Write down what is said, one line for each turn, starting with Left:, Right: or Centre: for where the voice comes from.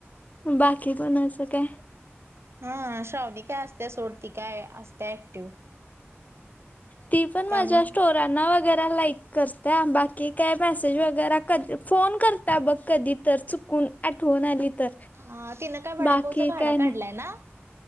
Left: बाकी कोणाच काय?
Right: ह श्रावणी काय असत्या सोड ती काय असत्या ऍक्टिव्ह.
Left: ती पण
Right: त्यामुळे
Left: माझ्या स्टो ना वगऱ्या लाईक करत्या बाकी काय मेसेज वगैरा क फोन करत्या बघ कधी तर चुकून आठवून आली तर
Right: हां तिनं काय वडापावच
Left: बाकी
Right: गाडा
Left: काय नाही
Right: काढलाय ना?